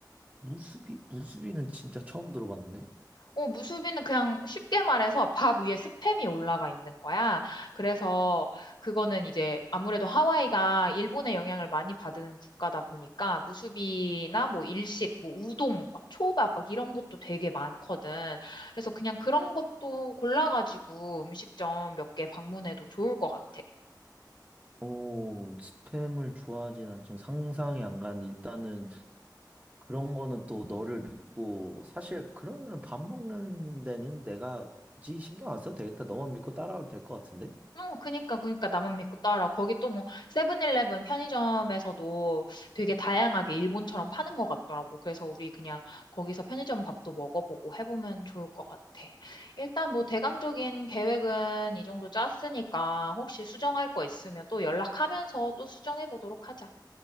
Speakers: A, on the right (about 20°); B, on the left (about 75°).
A: 무수비? 무수비는 진짜 처음 들어봤는데?
B: 어, 무수비는 그냥 쉽게 말해서 밥 위에 스팸이 올라가 있는 거야. 그래서 그거는 이제 아무래도 하와이가 일본의 영향을 많이 받은 국가다 보니까 무수비나 뭐 일식, 뭐 우동, 막 초밥, 막 이런 것도 되게 많거든. 그래서 그냥 그런 것도 골라가지고 음식점 몇 개 방문해도 좋을 것 같아.
A: 어, 스팸을 좋아하진 않지만 상상이 안 가는데, 일단은 그런 거는 또 너를 믿고, 사실 그러면 밥 먹는 데는 내가 굳이 신경 안 써도 되겠다. 너만 믿고 따라와도 될 것 같은데?
B: 어, 그니까, 그니까, 나만 믿고 따라. 거기 또 뭐, 세븐일레븐 편의점에서도 되게 다양하게 일본처럼 파는 것 같더라고. 그래서 우리 그냥 거기서 편의점 밥도 먹어보고 해보면 좋을 것 같아. 일단 뭐, 대강적인 계획은 이 정도 짰으니까, 혹시 수정할 거 있으면 또 연락하면서 또 수정해 보도록 하자.